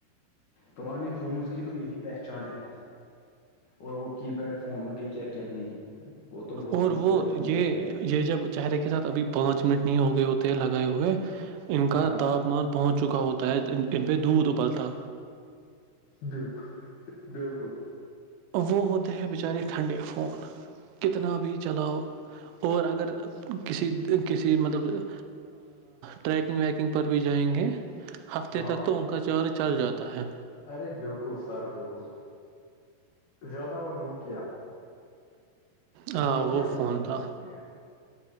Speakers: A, on the left (about 65°); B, on the right (about 90°).
A: پرانے فونز کی تو یہی پہچان ہے اور وہ کی پیڈ فون ان کے کیا کہنے ہی وہ تو بہت
B: اور
A: خوبصورت
B: وہ
A: فون
B: یہ
A: تھے یار
B: یہ جب چہرے کے ساتھ ابھی پانچ منٹ نہیں ہوگئے ہوتے ہیں لگائے ہوئے ان
A: ہاں
B: کا تاپمان پہنچ چکا ہوتا ہے ان پہ دودھ ابلتا
A: بالکل بالکل
B: وہ ہوتا ہے بچارے ٹھنڈے فون کتنا بھی چلاؤ اور اگر کسی کسی مطلب ٹریکنگ ویکنگ پر بھی جائیں گے ہفتے
A: ہاں
B: تک تو ان کا چارج چل جاتا ہے
A: ارے بالکل سر بالکل زیادہ وہ نوکیا
B: ہاں
A: نوکیا
B: وہ
A: بہت اچھا
B: تھا
A: فون ہے یار